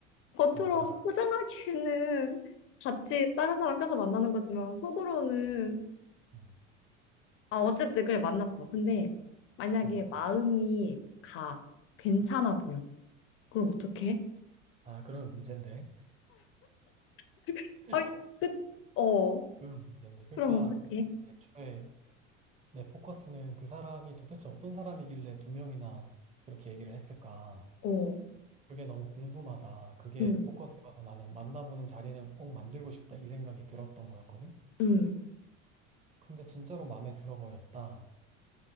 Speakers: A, on the left; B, on the right.
A: 겉으로
B: 그런가?
A: 포장하기에는 같이 다른 사람 껴서 만나는 거지만, 속으로는.
B: <laughs> 음.
A: 아, 어쨌든 그냥 만났어. 근데 만약에
B: 음.
A: 마음이 가. 괜찮아 보여. 그럼 어떡해?
B: 아, 그러면 문제인데.
A: <laughs>
B: <laughs>
A: 아이 끝. 어,
B: 그러면 문제인데. 그러니까
A: 그럼 어떡해?
B: 애초에 내 포커스는 그 사람이 도대체 어떤 사람이길래 두 명이나 그렇게 얘기를 했을까?
A: 어.
B: 그게 너무 궁금하다. 그게
A: 음.
B: 포커스여서 나는 만나보는 자리는 꼭 만들고 싶다. 이 생각이 들었던 거였거든?
A: 음,
B: 근데 진짜로 마음에 들어버렸다.